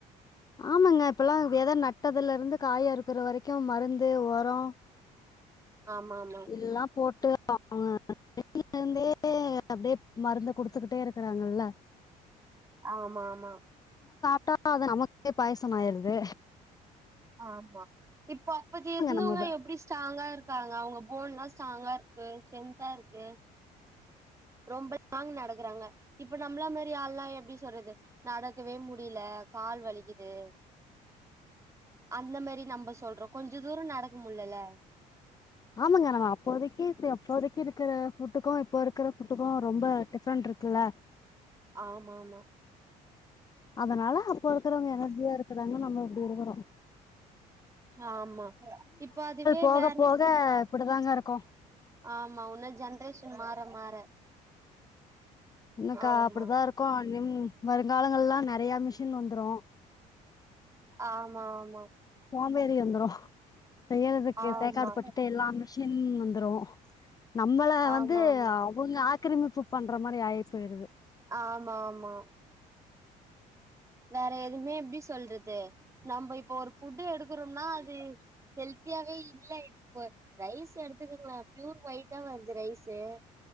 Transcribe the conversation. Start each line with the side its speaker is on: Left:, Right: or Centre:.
Left: ஆமாங்க இப்ப எல்லா வித நட்டதிலிருந்து காய் அறுக்குற வரைக்கும் மருந்து உரோ
Right: ஆமா ஆமா
Left: எல்லா போட்டு <inaudible> அவில இருந்தே அப்படியே மருந்து குடுச்சிக்கிட்டே இருக்கறாங்கல்ல
Right: ஆமா ஆமா
Left: ட்டா அது நமக்கே பாயசம் ஆயிடுது
Right: ஆமா இப்ப அப்பத்த இருந்துவங்க
Left: நம்ம வ
Right: எப்படி ஸ்ட்ராங்கா இருக்காங்க அவங்க போன் எல்லா ஸ்ட்ராங்கா இருக்கு ஸ்ட்ரென்தா இருக்கு ரொம்ப லாங்க் நடக்குறாங்க இப்ப நம்மள மாரி ஆள்ல்லா எப்டி சொல்றது நடக்கவே முடியல கால் வலிக்குது அந்த மாரி நம்பசொல்றோம் கொஞ்ச தூரம் நடக்க முல்லல
Left: ஆமாங்க நம்ம அப்போதைக்கு அப்போதக்கு இருக்கிற ஃபுட்டுக்கும் இப்போ இருக்கிற ஃபுட்டுக்கும் ரொம்ப டிஃப்ரெண்ட் இருக்குல்ல
Right: ஆமா மா
Left: அதுனால அப்போ இருக்கிறவங்க எனர்ஜியா இருக்குறாங்க நம்ம அப்படி இருக்குறோம்
Right: ஆமா இப்ப அதுவே
Left: போக
Right: வேற
Left: போக இப்டிதாங்க இருக்கு
Right: ஆமா இன்னோ ஜென்ரேஷன் மாற மாற
Left: என்னக்கா
Right: ஆமா
Left: அப்படித்தான் இருக்கும் நிம் வருங்கால எல்லாம் நெறைய மிஷின் வந்துரும்
Right: ஆமா ஆமா
Left: ம்பேறி வந்துரும் செய்யறதுக்கு
Right: ஆமா
Left: தேங்காடு பட்டுட்டு எல்லா மிஷின் வந் துரோம் நம்மள
Right: ஆமா
Left: வந்து
Right: ஆமா
Left: அவங்க ஆக்கிரமிப்பு பண் எட்ற மணியாயிடுது போயிறுது
Right: ஆமா ஆமா வேற எதுவுமே எப்படி சொல்றது நம்ம இப்ப ஒரு ஃபுட்டு எடுக்கறோம்னா அது ஹெல்த்தியாவே இல்ல இப்ப ரைஸ் எடுத்துக்கங்கலேன் ப்யூர் ஒயிட்டா வருது ரைஸு